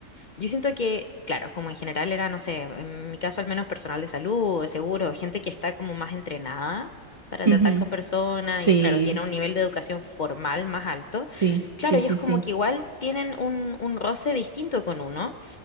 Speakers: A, on the left (about 50°); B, on the right (about 35°).
A: yo siento que, claro, como en general era, no sé, en mi caso al menos personal de salud, de seguro, gente que está como más entrenada para
B: ujú.
A: tratar con personas
B: Sí,
A: y claro, tiene un nivel de educación formal más alto.
B: sí,
A: Claro,
B: sí,
A: ellos
B: sí,
A: como
B: sí.
A: que igual tienen un, un roce distinto con uno